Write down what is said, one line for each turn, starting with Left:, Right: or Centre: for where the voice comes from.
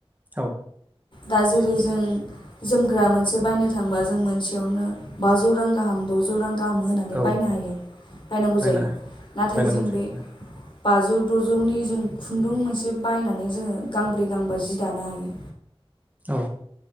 Right: औ
Left: दा जेरै जों जोम ग्रा मोनसे बायनो थांबा जों मोनसेयावनो बाजौ रां गाहाम द'जौ रां गाहाम होनानै
Right: औ
Left: बायनो हायो बायनांगौ
Right: बायना
Left: जायो नाथाय
Right: बायनांगौ
Left: जों
Right: जायो
Left: बे बाजौ दजौनि जों खुन्दुं मोनसे बायनानै जोङो गांब्रै गांबा जि दानो हायो।
Right: औ।